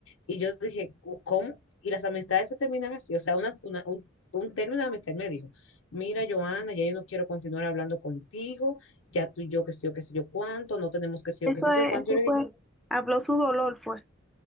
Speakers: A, on the left; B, in the centre.
A: Y yo dije, ¿cómo? Y las amistades se terminan así. O sea, una, una- un, un término de amistad Él me dijo, mira, Joana, ya yo no quiero continuar hablando contigo, ya tú y yo, qué sé yo, qué sé yo cuánto, no tenemos qué sé
B: Eso
A: yo, qué, qué sé
B: es,
A: yo cuánto.
B: eso
A: Yo le
B: fue,
A: dije,
B: habló su dolor, fue.